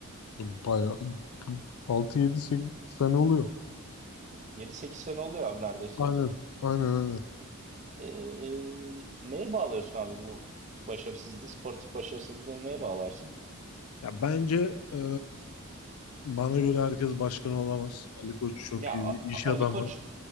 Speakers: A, on the left; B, on the right.
A: Bayağı 6-7-8 sene oluyor.
B: yedi sekiz sene oluyor abi neredeyse.
A: Aynen. Aynen aynen.
B: Ee, neye bağlıyorsun abi bu başarısızlığı, sportif başarısızlığı neye bağlarsın?
A: Ya bence e, bana göre herkes başkan olamaz. Ali Koç çok
B: Ya
A: iyi
B: A-
A: bir
B: A-
A: iş adamı.
B: Ali Koç